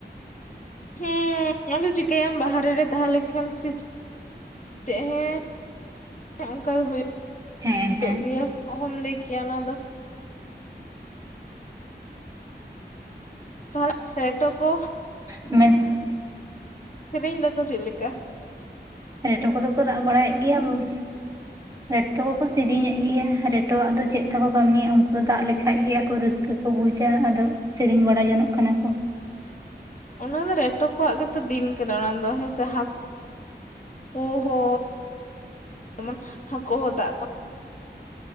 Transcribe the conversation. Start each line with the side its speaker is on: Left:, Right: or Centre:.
Left: ᱦᱮᱸ ᱟᱫᱚ ᱪᱤᱠᱟᱭᱟᱢ ᱵᱟᱦᱨᱮ ᱨᱮ ᱛᱟᱦᱮᱸ ᱞᱮᱱ ᱠᱷᱟᱱ ᱥᱮ ᱪᱮᱜ ᱦᱮᱸ ᱚᱝᱠᱟ ᱫᱚ ᱦᱩᱭᱩᱜ
Right: ᱦᱮᱸ ᱦᱮᱸ
Left: <unintelligible> ᱜᱮᱭᱟ ᱚᱦᱚᱢ ᱞᱟᱹᱭ ᱠᱮᱭᱟ ᱚᱱᱟ ᱫᱚ᱾ ᱛᱟᱦᱚᱞᱮ ᱨᱮᱴᱚ ᱠᱚ
Right: ᱢᱮᱱ
Left: ᱥᱮᱨᱮᱧ ᱫᱟᱠᱚ ᱪᱮᱫ ᱞᱮᱠᱟ?
Right: ᱨᱮᱴᱚ ᱠᱚᱫᱚ ᱠᱚ ᱨᱟᱜ ᱵᱟᱲᱟᱭᱮᱜ ᱜᱮᱭᱟ ᱵᱟᱹᱢ ᱨᱮᱴᱚ ᱠᱚᱠᱚ ᱥᱤᱨᱤᱧᱮᱜ ᱜᱮᱭᱟ ᱨᱮᱴᱚᱣᱟᱜ ᱫᱚ ᱪᱮᱫ ᱛᱟᱠᱚ ᱠᱟᱹᱢᱤ ᱩᱝᱠᱩ ᱫᱚ ᱫᱟᱜ ᱞᱮᱠᱷᱟᱡ ᱜᱮ ᱟᱠᱚ ᱨᱟᱹᱥᱠᱟᱹ ᱠᱚ ᱵᱩᱡᱟ ᱟᱫᱚ ᱥᱮᱨᱮᱧ ᱵᱟᱲᱟ ᱡᱚᱱᱚᱜ ᱠᱟᱱᱟ ᱠᱚ᱾
Left: ᱚᱱᱟ ᱫᱚ ᱨᱮᱴᱚ ᱠᱚᱣᱟᱜ ᱜᱮᱛᱚ ᱫᱤᱱ ᱠᱟᱱᱟ ᱚᱱᱟᱫᱚ ᱦᱮᱸ ᱥᱮ ᱦᱟᱸᱠ ᱠᱩ ᱦᱳ <unintelligible> ᱦᱟᱹᱠᱩ ᱫᱟᱜ